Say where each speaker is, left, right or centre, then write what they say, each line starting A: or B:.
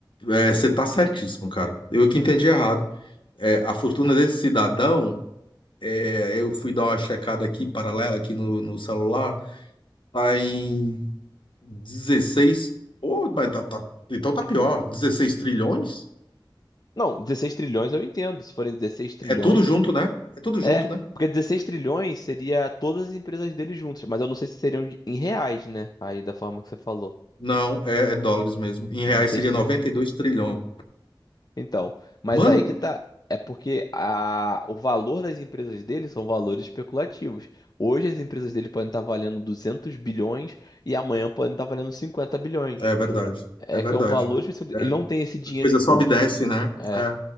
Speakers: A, on the left; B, on the left.
A: É, você tá certíssimo, cara. Eu que entendi errado. É, a fortuna desse cidadão, é, eu fui dar uma checada aqui, paralela, aqui no, no celular, tá em 16. Pô, mas tá- tá- então tá pior, 16 trilhões?
B: Não, dezesseis trilhões eu entendo. Se forem 16 trilhões,
A: É tudo junto, né? É tudo junto,
B: É,
A: né?
B: porque 16 trilhões seria todas as empresas dele juntas, mas eu não sei se seriam de- em reais, né? Aí da forma que você falou.
A: Não, é, é dólares mesmo. Em reais
B: dezesseis.
A: seria
B: tri...
A: 92 trilhões.
B: Então, mas
A: Mano,
B: aí que tá. É porque a... o valor das empresas dele são valores especulativos. Hoje as empresas dele podem estar valendo 200 bilhões e amanhã podem estar valendo 50 bilhões.
A: é verdade,
B: É
A: é verdade.
B: que é um valor específico.
A: É,
B: Ele não tem esse dinheiro
A: a coisa
B: em
A: sobe
B: bolso.
A: e desce, né?
B: É.
A: É,